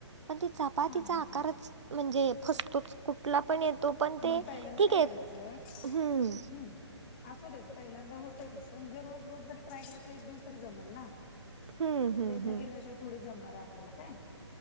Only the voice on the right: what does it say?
पण ति चपातीचा
आकारच
म्हणजे फसतोच कुठला पण येतो? पण ते
ठीक
आहे
हम्म
हम्म हम्म
हम्म